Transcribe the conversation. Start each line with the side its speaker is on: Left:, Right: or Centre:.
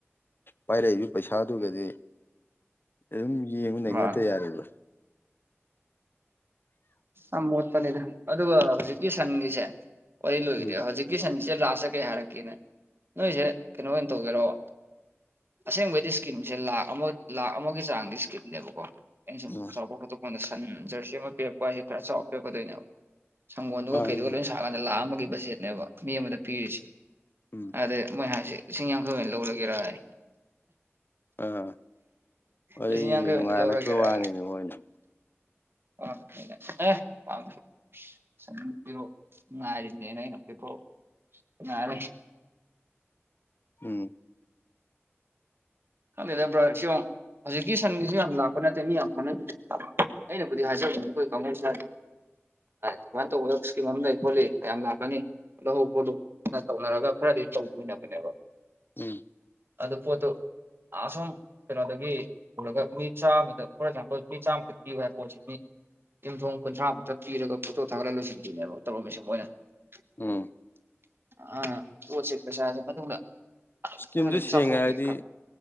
Left: ꯄꯥꯏꯔꯛꯏꯕ ꯄꯩꯁꯥꯗꯨꯒꯗꯤ ꯑꯗꯨꯝ ꯌꯦꯡꯕ ꯅꯩꯅꯇ
Right: ꯌꯥꯝ
Left: ꯌꯥꯔꯦꯗ
Right: ꯑ ꯃꯣꯠꯄꯅꯤꯗ ꯑꯗꯨꯒ ꯍꯧꯖꯤꯛꯀꯤ ꯁꯟꯒꯤꯁꯦ ꯍ ꯂꯣꯏꯗꯔꯦ
Left: ꯎꯝ
Right: ꯍꯧꯖꯤꯛꯀꯤ ꯁꯟꯁꯦ ꯂꯥꯁꯇ ꯀꯩ ꯍꯥꯏꯔꯛꯀꯦꯅꯦ ꯅꯣꯏꯁꯦ ꯀꯩꯅꯣ ꯑꯣꯏꯅ ꯇꯧꯒꯦꯔꯣꯑꯣ ꯑꯁꯦꯡꯕꯩꯗꯤ ꯏꯁꯀꯤꯝꯁꯦ ꯂꯥꯛ ꯑꯃ ꯂꯥꯛ ꯑꯃꯒꯤ ꯆꯥꯡꯒꯤ ꯏꯁꯀꯤꯝꯅꯦꯕꯀꯣ ꯑꯩꯅ ꯁꯨꯝ
Left: ꯎꯝ
Right: ꯆꯥꯎꯕ ꯈꯣꯠꯇꯣꯛꯄꯥꯟꯗ ꯁꯟ ꯖꯔꯁꯤ ꯑꯃ ꯄꯤꯔꯛꯄ ꯍꯥꯏꯁꯦ ꯈꯔ ꯆꯥꯎꯕ ꯄꯤꯔꯛꯀꯗꯣꯏꯅꯦꯕ ꯁꯪꯒꯣꯜꯗꯨꯒ
Left: ꯃꯥꯅꯤ
Right: ꯀꯩꯗꯨꯒ
Left: ꯃꯥꯅꯤ
Right: ꯂꯣꯏ ꯁꯥꯔꯀꯥꯟꯗ ꯂꯥꯛꯑꯝꯕꯒꯤ ꯕꯖꯦꯠꯅꯦꯕ ꯃꯤ ꯑꯃꯗ ꯄꯤꯔꯤꯁꯦ
Left: ꯎꯝ
Right: ꯑꯗꯩ ꯃꯣꯏ ꯍꯥꯏꯁꯦ ꯂꯤꯁꯤꯡ ꯌꯥꯡꯈꯩ ꯑꯣꯏꯅ ꯂꯧꯔꯒꯦꯔ
Left: ꯑꯥ ꯑꯩ
Right: ꯂꯤꯁꯤꯡ ꯌꯥꯡꯈꯩ
Left: ꯅꯨꯡꯉꯥꯏꯔꯛꯄ
Right: ꯂꯧꯔꯒꯦꯔ
Left: ꯋꯥꯅꯤꯅꯦ ꯃꯣꯏꯅ
Right: <unintelligible> <unintelligible>
Left: ꯎꯝ
Right: ꯈꯪꯗꯦꯗ ꯕ꯭ꯔꯥ ꯁꯤꯡꯉꯛ ꯍꯧꯖꯤꯛꯀꯤ ꯁꯟꯒꯤꯁꯨ ꯌꯥꯝ ꯂꯥꯛꯄ ꯅꯠꯇꯦ ꯃꯤ ꯌꯥꯝ ꯀꯥꯟꯅꯕꯤ ꯑꯩꯅꯕꯨꯗꯤ ꯍꯥꯏꯖꯕꯅꯤ ꯑꯩꯈꯣꯏ ꯀꯥꯡꯕꯨ ꯁꯥ ꯁꯃꯟꯇ ꯑꯣꯔꯁꯀꯤ ꯑꯃ ꯂꯩ ꯈꯣꯠꯂꯤ ꯀꯌꯥꯝ ꯂꯥꯛꯀꯅꯤ ꯂꯧꯅ ꯐꯥꯎꯗꯣꯛ ꯇꯧꯅꯔꯒ ꯈꯔꯗꯤ ꯆꯧꯊꯟꯅꯕꯅꯦꯕ
Left: ꯎꯝ
Right: ꯑꯗꯨꯗ ꯄꯣꯠꯇꯣ ꯑꯁꯝ ꯀꯩꯅꯣꯗꯒꯤ ꯄꯨꯔꯒ ꯃꯤ ꯆꯥꯝꯃꯗ ꯐꯣꯔ ꯑꯦꯛꯖꯥꯝꯄꯜ ꯃꯤ ꯆꯥꯃꯗ ꯄꯤꯕ ꯍꯥꯏꯕ ꯄꯣꯠꯁꯤ ꯃꯤ ꯌꯨꯝꯊꯣꯡ ꯀꯨꯟꯊ꯭ꯔꯥ ꯃꯨꯛꯇ ꯄꯤꯔꯒ ꯐꯣꯇꯣ ꯊꯥꯒꯠꯂ ꯂꯣꯏꯁꯤꯟꯁꯤꯅꯦꯕ ꯇꯧꯐꯝꯁ ꯑꯣꯏꯅ <unintelligible>
Left: ꯎꯝ ꯏꯁꯀꯤꯝꯗꯨ
Right: ꯑꯩꯉꯣꯟꯗ
Left: ꯁꯦꯡꯉꯦ
Right: ꯆꯥꯊꯣꯛꯀꯦ
Left: ꯍꯥꯏꯗꯤ
Right: ꯈꯟ